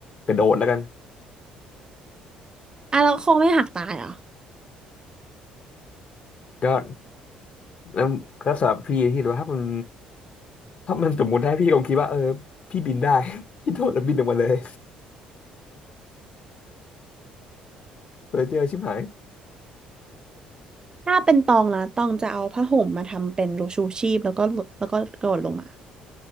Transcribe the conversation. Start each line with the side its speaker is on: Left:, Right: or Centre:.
Left: กระโดดแล้วกัน
Right: อ่ะเราคงไม่หักตายเหรอ
Left: ก็แล้วก็สำหรับพี่ที่รูว่าถ้ามันถ้ามันสมมติได้พี่คงคิดว่าเออพี่บินได้ <laughs> พี่โดดแล้วบินออกมาเลยเพอเจอชิบหาย
Right: ถ้าเป็นตองนะตองจะเอาผ้าห่มมาทำเป็นรูชูชีพแล้วก็หลดแล้วก็กระโดดลงมา <laughs>